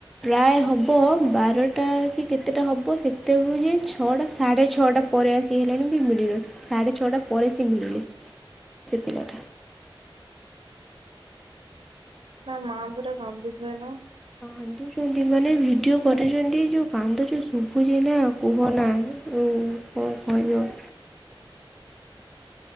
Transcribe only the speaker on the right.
ତା ମାଆ ପୁରା କାନ୍ଦୁଥିବେ ନା।